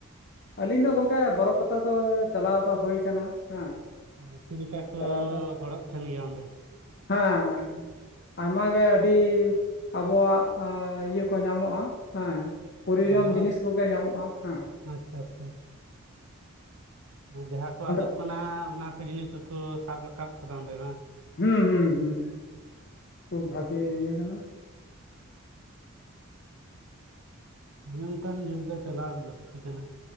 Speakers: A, on the left; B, on the right.
A: ᱟᱹᱞᱤᱧ ᱫᱚ ᱜᱚᱢᱠᱮ ᱵᱚᱨᱚᱯᱟᱛᱟ ᱫᱚ, ᱪᱟᱞᱟᱣ ᱫᱚ ᱦᱩᱭᱩ ᱠᱟᱱᱟ ᱦᱮᱸ
B: ᱫᱚ ᱪᱮᱫ ᱞᱮᱠᱟ ᱠᱚ
A: ᱪᱟᱞᱟᱣ ᱫᱚ
B: ᱦᱚᱲᱚᱜ ᱛᱟᱦᱮᱱ ᱜᱮᱭᱟ ᱚᱸᱰᱮ?
A: ᱦᱮᱸ ᱦᱮᱸ ᱦᱮᱸ ᱟᱭᱢᱟ ᱜᱮ ᱟᱹᱰᱤ ᱟᱵᱚᱣᱟᱜ ᱤᱭᱟᱹ ᱠᱚ ᱧᱟᱢᱚᱜ-ᱟ᱾ ᱦᱮᱸ ᱯᱨᱳᱨᱤᱡᱚᱱ
B: ᱟᱵᱚᱣᱟᱜ
A: ᱡᱤᱱᱤᱥ ᱠᱚᱜᱮ ᱧᱟᱢᱚᱜ-ᱟ᱾ ᱦᱮᱸ
B: ᱟᱪᱪᱷᱟ ᱟᱪᱪᱷᱟ ᱡᱟᱦᱟᱸ ᱠᱚ
A: ᱚᱸᱰᱮ
B: ᱟᱫᱚᱜ ᱠᱟᱱᱟ ᱚᱱᱟ ᱡᱤᱱᱤᱥ ᱦᱚᱸᱠᱩ ᱥᱟᱵ ᱨᱟᱠᱟᱵ ᱠᱟᱫᱟ ᱚᱸᱰᱮ ᱵᱟᱝ
A: ᱦᱩᱸ ᱦᱩᱸ ᱦᱩᱸ ᱠᱷᱩᱵ ᱵᱷᱟᱜᱮ ᱤᱭᱟᱹ ᱠᱟᱱᱟ
B: ᱚᱱᱠᱟᱱ ᱧᱮᱞ ᱫᱚ ᱪᱟᱞᱟᱣ ᱞᱟᱹᱠᱛᱤ ᱠᱟᱱᱟ